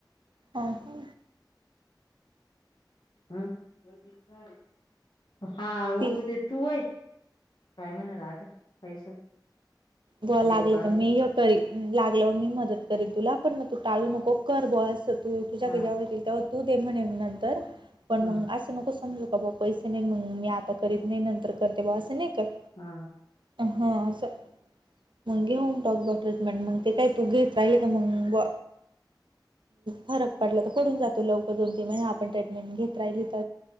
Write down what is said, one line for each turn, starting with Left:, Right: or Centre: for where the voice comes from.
Right: हा हा.
Left: हम्म. ओळखीचा हा हो
Right: ती
Left: बधे तू होय. काय म्ह ना राधा पैशाच
Right: ब
Left: देऊ
Right: लागलं
Left: का
Right: तर
Left: असं
Right: मी करीन लागलं मी मदत करीन तुला पण मग तू टाळू नको कर बो तू तुझ्याकडे
Left: हा
Right: जवा येतील तेव्हा तू दे म्हणे नंतर पण
Left: हा
Right: मग असं नको समजू का बाऊ पैसे नाही मग मी आता करीत नाही नंतर करते बाऊ असं नाही क
Left: हा
Right: हां असा मग घेवून टाक ट्रीटमेंट मग ते काय तू घेत राहिल का मग फरक पडला तर पडून जातो लवकर दोन तीन महिने आपण ट्रीटमेंट घेत राहिली